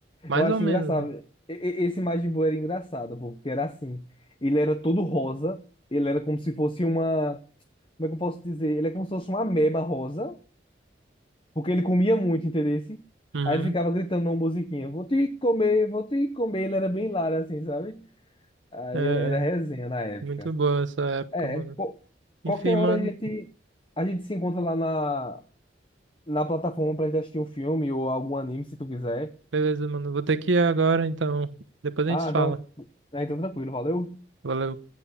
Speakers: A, on the right (about 85°); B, on the left (about 25°).
A: mais
B: Eu acho
A: ou menos,
B: engraçado.
A: né?
B: E- e- Esse Majin Buu era engraçado, pô, porque era assim. Ele era todo rosa. Ele era como se fosse uma. Como é que eu posso dizer? Ele é como se fosse uma ameba rosa. Porque ele comia muito, entendeu?
A: Uhum.
B: Aí ele ficava gritando uma musiquinha: Vou te comer, vou te comer. Ele era bem hilário, assim, sabe? Aí
A: É,
B: era, era resenha na época.
A: muito boa essa época,
B: É,
A: mano.
B: qual- qualquer
A: Enfim, mano,
B: hora a gente, a gente se encontra lá na, na plataforma pra gente assistir um filme ou algum anime, se tu quiser.
A: beleza, mano. Vou ter que ir agora, então depois a
B: Ah,
A: gente se fala.
B: então, ah, então tranquilo, valeu.
A: Valeu.